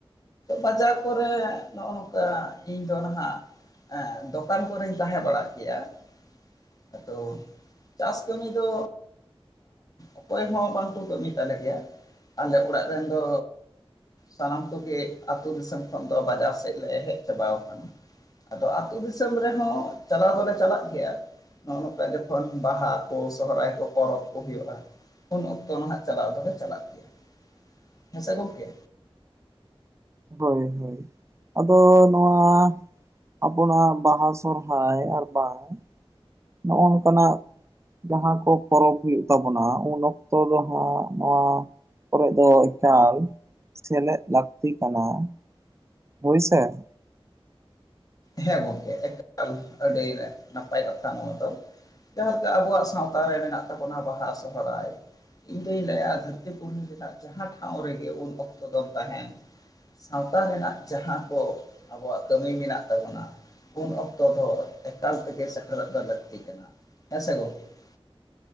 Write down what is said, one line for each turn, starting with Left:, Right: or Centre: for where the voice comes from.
Left: ᱵᱟᱡᱟᱨ ᱠᱚᱨᱮ ᱱᱚᱜᱼᱚ ᱱᱚᱝᱠᱟ ᱤᱧ ᱫᱚ ᱱᱟᱦᱟᱜ ᱫᱚᱠᱟᱱ ᱠᱚᱨᱮᱧ ᱛᱟᱦᱮ ᱵᱟᱲᱟᱜ ᱜᱮᱭᱟ ᱾ ᱟᱫᱚ ᱪᱟᱥ ᱠᱟᱹᱢᱤ ᱫᱚ ᱚᱠᱚᱭ ᱦᱚ ᱵᱟᱝᱠᱚ ᱠᱟᱹᱢᱤ ᱛᱟᱞᱮ ᱜᱮᱭᱟ ᱟᱞᱮ ᱚᱲᱟᱜ ᱨᱮᱱ ᱫᱚ ᱥᱟᱱᱟᱢ ᱠᱚᱜᱮ ᱟᱛᱩ ᱫᱤᱥᱚᱢ ᱠᱷᱚᱱ ᱫᱚ ᱵᱟᱡᱟᱨ ᱥᱮᱡ ᱞᱮ ᱦᱮᱡ ᱪᱟᱵᱟᱣ ᱠᱟᱱᱟ ᱾ ᱟᱫᱚ ᱟᱛᱩ ᱫᱤᱥᱚᱢ ᱨᱮᱦᱚ ᱪᱟᱞᱟᱣ ᱫᱚᱞᱮ ᱪᱟᱞᱟᱜ ᱜᱮᱭᱟ ᱾ ᱱᱚᱜᱼᱚ ᱱᱚᱝᱠᱟ ᱡᱚᱠᱷᱚᱱ ᱵᱟᱦᱟ ᱠᱚ ᱥᱚᱦᱚᱨᱟᱭ ᱠᱚ ᱯᱚᱨᱚᱵ ᱠᱚ ᱦᱩᱭᱩᱜᱼᱟ ᱾ ᱩᱱ ᱚᱠᱛᱚ ᱱᱟᱜ ᱪᱟᱞᱟᱣ ᱫᱚᱞᱮ ᱪᱟᱞᱟᱜ ᱜᱮᱭᱟ ᱦᱮᱥᱮ ᱜᱚᱝᱠᱮ
Right: ᱦᱚᱭ ᱦᱚᱭ ᱟᱫᱚ ᱱᱚᱣᱟ ᱟᱵᱚᱱᱟᱜ ᱵᱟᱦᱟ ᱥᱚᱨᱦᱟᱭ ᱟᱨ ᱵᱟᱝ ᱱᱚᱜᱼᱚ ᱱᱚᱝᱠᱟᱱᱟᱜ ᱡᱟᱦᱟᱸ ᱠᱚ ᱯᱚᱨᱚᱵᱽ ᱦᱩᱭᱩᱜ ᱛᱟᱵᱚᱱᱟ ᱩᱱ ᱚᱠᱛᱚ ᱫᱚ ᱦᱟᱸᱜ ᱱᱚᱣᱟ ᱠᱚᱨᱮᱫ ᱫᱚ ᱮᱠᱟᱞ ᱥᱮᱞᱮᱫ ᱞᱟᱹᱠᱛᱤ ᱠᱟᱱᱟ ᱾ ᱵᱩᱡᱽ ᱥᱮ ᱾
Left: ᱦᱮᱸ ᱜᱚᱝᱠᱮ ᱮᱠᱟᱞ ᱟᱹᱰᱤ ᱱᱟᱯᱟᱭ ᱠᱟᱛᱷᱟ ᱱᱚᱣᱟ ᱫᱚ᱾ ᱡᱟᱦᱟᱸ ᱞᱮᱠᱟ ᱟᱵᱚᱣᱟᱜ ᱥᱟᱶᱛᱟ ᱨᱮ ᱢᱮᱱᱟᱜ ᱛᱟᱵᱚᱱᱟ ᱵᱟᱦᱟ ᱥᱚᱦᱚᱨᱟᱭ ᱤᱧ ᱫᱩᱧ ᱞᱟᱹᱭᱟ ᱫᱷᱟᱹᱨᱛᱤ ᱯᱩᱨᱤᱨᱮᱱᱟᱜ ᱨᱮᱱᱟᱜ ᱡᱟᱦᱟᱸ ᱴᱷᱟᱶ ᱨᱮᱜᱮ ᱩᱱ ᱚᱠᱛᱚ ᱫᱚᱢ ᱛᱟᱦᱮᱱ ᱥᱟᱶᱛᱟ ᱨᱮᱱᱟᱜ ᱡᱟᱦᱟᱸ ᱠᱚ ᱟᱵᱚᱣᱟᱜ ᱠᱟᱹᱢᱤ ᱢᱮᱱᱟᱜ ᱛᱟᱵᱚᱱᱟ ᱩᱱ ᱚᱠᱛᱚ ᱫᱚ ᱮᱠᱟᱞ ᱛᱮᱜᱮ ᱥᱮᱴᱮᱨᱚᱜ ᱫᱚ ᱞᱟᱹᱠᱛᱤ ᱠᱟᱱᱟ ᱦᱮᱸ ᱥᱮ ᱜᱚᱢᱠᱮ ᱾